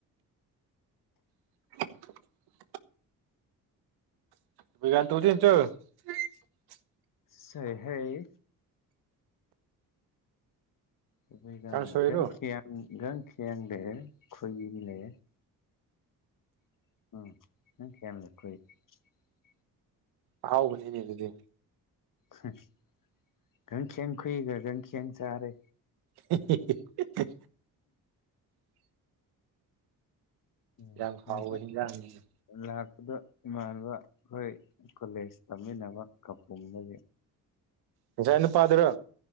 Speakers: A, on the right; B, on the left.
A: <unintelligible> <unintelligible>
B: ꯁꯩꯍꯩ <unintelligible>
A: ꯀꯥꯡꯁꯣꯏꯔꯣ
B: ꯒꯥꯡꯈ꯭ꯌꯦꯡꯂꯦ ꯈꯨꯏꯂꯦ <unintelligible>
A: ꯑꯍꯥꯎꯕꯅꯤꯅꯦ ꯑꯗꯨꯗꯤ꯫
B: <unintelligible> ꯆꯥꯔꯦ꯫
A: ꯍꯦ ꯍꯦ ꯍꯦ ꯍꯤ ꯍꯦ
B: ꯎꯝ
A: ꯌꯥꯝ
B: ꯉꯁꯥꯏ
A: ꯍꯥꯎꯕ ꯍꯤꯟꯖꯥꯡꯅꯤꯅꯦ
B: ꯂꯥꯛꯄꯗ ꯏꯃꯥꯟ ꯗꯨꯒ ꯑꯈꯣꯏ ꯀꯣꯂꯦꯖ ꯇꯝꯃꯤꯟꯅꯕ ꯀꯥꯄꯨꯝꯗꯒꯤ
A: ꯉꯁꯥꯏ ꯅꯨꯄꯥꯗꯨꯔꯣ